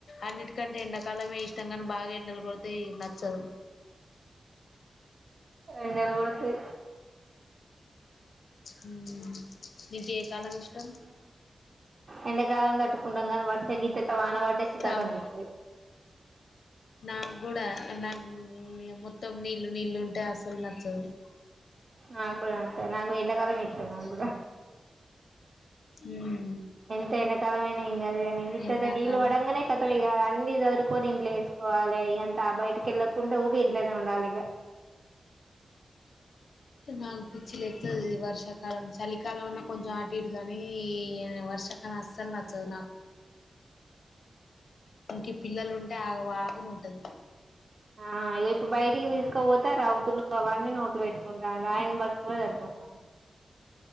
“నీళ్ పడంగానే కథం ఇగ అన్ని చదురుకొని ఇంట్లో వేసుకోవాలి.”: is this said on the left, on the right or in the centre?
Right